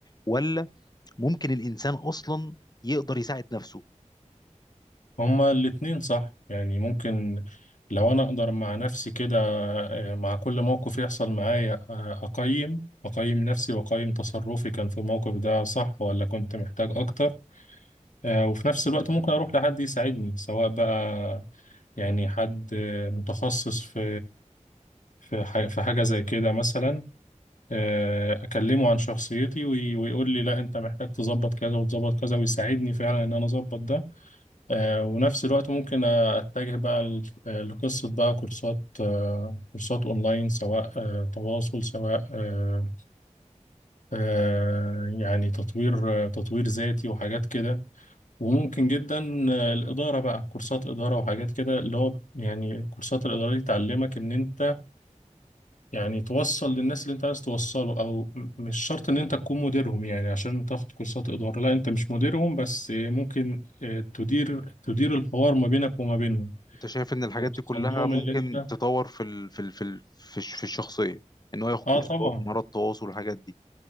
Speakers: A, on the left (about 30°); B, on the left (about 80°).
A: ولا ممكن الانسان اصلا يقدر يساعد نفسه
B: هما الاتنين صح يعني ممكن لو انا اقدر مع نفسي كده آه، مع كل موقف يحصل معايا آه، اقيم اقيم نفسي واقيم تصرفي كان في الموقف ده صح ولا كنت محتاج اكتر آه، وفي نفس الوقت ممكن اروح لحد يساعدني سواء بقى يعني حد آه، متخصص في في ح- في حاجة زي كده مثلا آه، اكلمه عن شخصيتي وي- ويقول لي لا انت محتاج تظبط كذا وتظبط كذا ويساعدني فعلا ان انا اظبط ده آه، ونفس الوقت ممكن اتجه بقى ل- لقصة بقى كورسات آه، كورسات اونلاين سواء آه، تواصل سواء آه، آه، يعني تطوير آه، تطوير ذاتي وحاجات كده وممكن جدا آه، الإدارة بقى كورسات إدارة وحاجات كده اللي هو يعني كورسات الإدارة دي تعلمك إن أنت يعني توصل للناس اللي انت عايز توصله او م- مش شرط ان انت تكون مديرهم يعني عشان تاخد كورسات اداره لا انت مش مديرهم بس ممكن آه، تدير تدير الحوار ما بينك وما بينهم
A: انت شايف ان الحاجات
B: توصل
A: دي كلها
B: لهم
A: ممكن
B: اللي انت
A: تطور في ال في ال في ال في الش- في الشخصية ان هو ياخد
B: اه
A: كورسات
B: طبعا
A: مهارات تواصل والحاجات دي